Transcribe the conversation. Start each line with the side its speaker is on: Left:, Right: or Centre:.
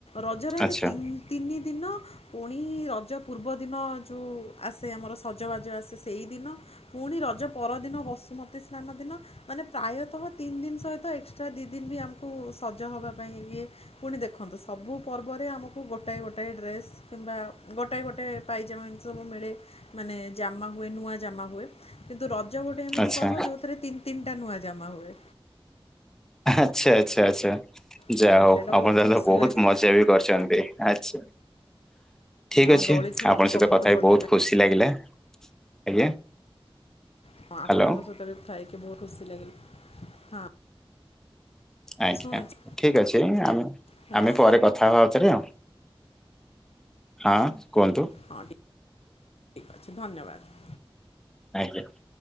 Left: ରଜରେ ଆମେ
Centre: ଆଚ୍ଛା
Left: ତିନି ତିନି ଦିନ ପୁଣି ରଜ ପୂର୍ବଦିନ ଯୋଉ ଆସେ ଆମର ସଜବାଜ ଆସେ ସେଇଦିନ ପୁଣି ରଜ ପରଦିନ ବସୁମତୀ ସ୍ନାନ ଦିନ ମାନେ ପ୍ରାୟତଃ ତିନି ଦିନ ସହିତ ଏକ୍ସଟ୍ରା ଦି ଦିନ ବି ଆମକୁ ସଜ ହେବା ପାଇଁ ଇଏ ପୁଣି ଦେଖନ୍ତୁ ସବୁ ପର୍ବରେ ଆମକୁ ଗୋଟାଏ ଗୋଟାଏ ଡ୍ରେସ୍ କିମ୍ବା ଗୋଟାଏ ଗୋଟଏ ପାଇଜାମା ଏମିତି ସବୁ ମିଳେ ମାନେ ଜାମା ହୁଏ, ନୂଆ ଜାମା ହୁଏ କିନ୍ତୁ ରଜ ଗୋଟେ
Centre: ଆଚ୍ଛା
Left: ତି ପର୍ବ ଯଉଥିରେ ତିି ତିନିଟା ନୂଆ ଜାମା ହୁଏ।
Centre: ଆଚ୍ଛା ଆଚ୍ଛା ଆଚ୍ଛା।
Left: ହୁଁ
Centre: ଯାହା ହଉ
Left: ସେଇଟା
Centre: ଆପଣ
Left: ବହୁତ
Centre: ତାଲେ
Left: ଖୁସି
Centre: ବହୁତ
Left: ଲାଗେ
Centre: ମଜା ବି କରିଛନ୍ତି, ଆଛା। ଠିକ୍
Left: ଆଉ
Centre: ଅଛି
Left: ଦୋଳି ଖେଳ
Centre: ଆପଣଙ୍କ
Left: ତ ସବୁଠୁ
Centre: ସହିତ କଥା ହେଇ
Left: ବଢ଼ିଆ
Centre: ବହୁତ
Left: ଲାଗେ।
Centre: ଖୁସି ଲାଗିଲା। ଆଜ୍ଞା?
Left: ହଁ
Centre: ହ୍ୟାଲୋ
Left: ଆପଣଙ୍କ ସହିତ ବି କଥା ହେଇକି ବହୁତ ଖୁସି ଲାଗିଲା। ହଁ
Centre: ଆଜ୍ଞା,
Left: ଶୁଣୁଛି
Centre: ଠିକ ଅଛି, ଆମେ
Left: ହ୍ୟାଲୋ
Centre: ଆମେ ପରେ କଥା ହବା ଆଉ ଥରେ ଆଉ। ହଁ କୁହନ୍ତୁ।
Left: ହଁ ଠିକ୍ ଅଛି ଧନ୍ୟବାଦ।
Centre: ଆଜ୍ଞା।